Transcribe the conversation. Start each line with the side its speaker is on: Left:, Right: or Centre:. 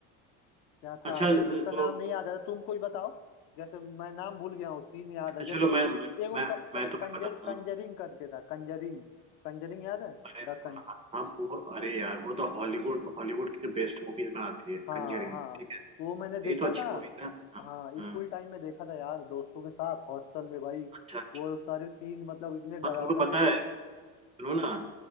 Left: क्या
Right: अच्छा
Left: था यार उसका
Right: तो
Left: नाम नहीं याद आ रहा तुम कोई बताओ जैसे मैं नाम भूल गया हूँ सीन याद
Right: अच्छा
Left: है जैसे
Right: चलो मैं मैं
Left: एगो
Right: मैं
Left: क, क,
Right: मैं तुम्हें
Left: कंजर,
Right: बताता
Left: कंजरिंग
Right: हूँ
Left: करके था कंजरिंग कंजरिंग याद है
Right: अरे
Left: द
Right: हाँ
Left: कं
Right: हाँ, हाँ, वो अरे यार वो तो हॉलीवुड हॉलीवुड की जो बेस्ट मूवीज में आती है
Left: हाँ
Right: कंजरिंग
Left: हाँ
Right: ठीक
Left: वो
Right: है
Left: मैंने देखा
Right: ये तो अच्छी
Left: था
Right: मूवीज है हाँ,
Left: हाँ
Right: हाँ,
Left: स्कूल टाइम में देखा था यार दोस्तों के साथ हॉस्टल में भाई
Right: अच्छा अच्छा
Left: वो सारे सीन मतलब इतने डरावना
Right: हाँ तुमको पता
Left: एक
Right: है
Left: तो
Right: सुनो ना